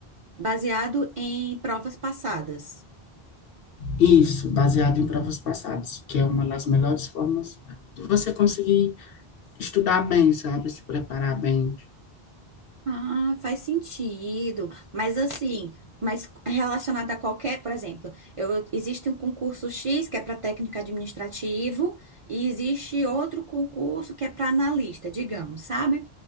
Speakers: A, on the right; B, on the left.
A: Baseado em provas passadas.
B: Isso, baseado em provas passadas, que é uma das melhores formas de você conseguir estudar bem, sabe? Se preparar bem
A: Ah, faz sentido. Mas assim, mas relacionado a qualquer, por exemplo, eu, existe um concurso X que é para técnico administrativo e existe outro concurso que é para analista, digamos, sabe?